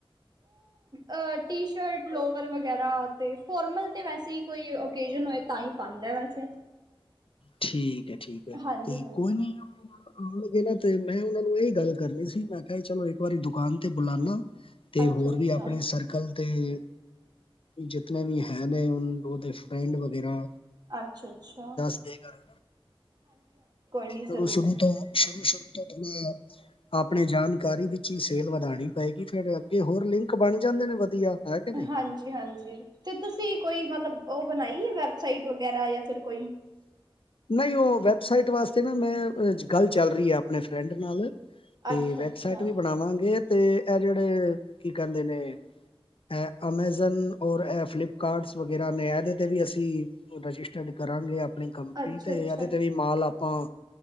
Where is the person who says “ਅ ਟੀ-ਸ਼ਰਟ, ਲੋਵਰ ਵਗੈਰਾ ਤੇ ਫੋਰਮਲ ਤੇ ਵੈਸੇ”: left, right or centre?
Right